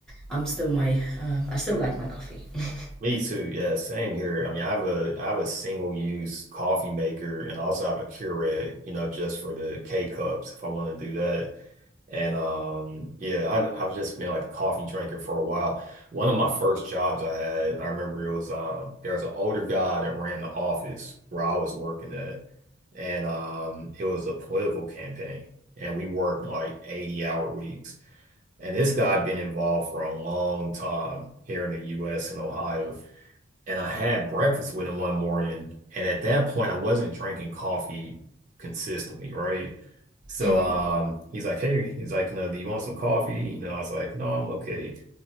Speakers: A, in the centre; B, on the right (about 35°).
A: I'm still my um, I still like my coffee. <laughs>
B: Me too. Yeah, same here. I mean, I have a I have a single use coffee maker and also I have a Keurig, you know, just for the K cups if I want to do that. And um, yeah, I, I've just been like a coffee drinker for a while. One of my first jobs I had, I remember it was um, there was an older guy that ran the office where I was working at, and um, it was a political campaign, and we worked like 80 hour weeks. And this guy had been involved for a long time here in the U.S. and Ohio and I had breakfast with him one morning. And at that point, I wasn't drinking coffee consistently, right? So
A: hmm
B: um, he's like, hey, he's like, you know, do you want some coffee? You know, I was like, no, I'm okay. And